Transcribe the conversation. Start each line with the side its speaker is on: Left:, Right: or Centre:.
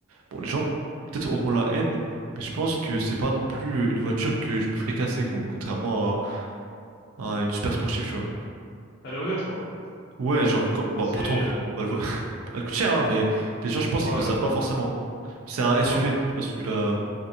Right: Bon, les gens, peut-être auront la haine, mais je pense que c'est pas non plus euh, une voiture que je me ferais casser, con- contrairement à, à une super sportive, tu vois.
Left: Elle est honnête, quoi.
Right: Ouais, genre, quand- bah,
Left: C'est...
Right: pourtant,
Left: euh,
Right: bah, elle, vaut- <laughs> elle coûte cher, hein, mais les gens, je pense
Left: Ouais,
Right: qu'ils le savent
Left: ouais.
Right: pas forcément. C'est un
Left: D'accord.
Right: SUV, je sais pas si tu l'as,